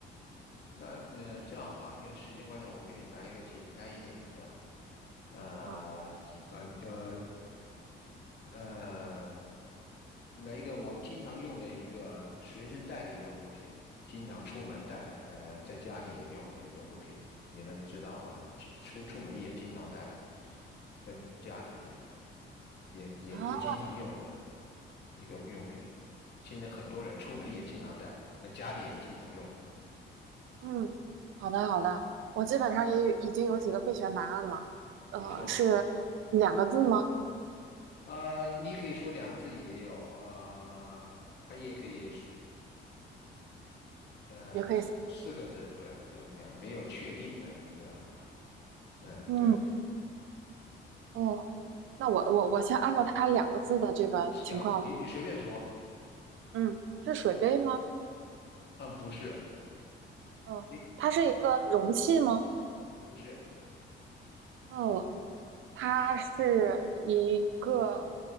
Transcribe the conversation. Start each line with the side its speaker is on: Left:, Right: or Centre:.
Left: 那呃这样吧，因为时间关系，我给你来一个简单一点的。呃呃呃
Right: 啊。
Left: 呃，来一个我们经常用的一个随身带的一个物品，经常出门带，呃，在家里也用的一个物品，你能知道吗？去出出门也经常带，在家里也也也也经常用的
Right: 啊，
Left: 一个用品。现在很多人出门也经常带，在家里也经常用的。
Right: 嗯，好的好的，我基本上也有已经有几个备选答案了。呃，
Left: 你说，
Right: 是两个字吗？
Left: 呃，你可以说两个字也有，呃，它也可以。呃，
Right: 也可以三
Left: 四四个字，对，都一样，没有确定的一个，呃，
Right: 嗯，
Left: 对，
Right: 哦，那我我我先按照它两个字的这个情况。
Left: 行，你你随便说，
Right: 嗯，是水杯吗？
Left: 嗯，不是，
Right: 哦，
Left: 你你
Right: 它是一个容器吗？
Left: 啊，不是
Right: 哦，它是一个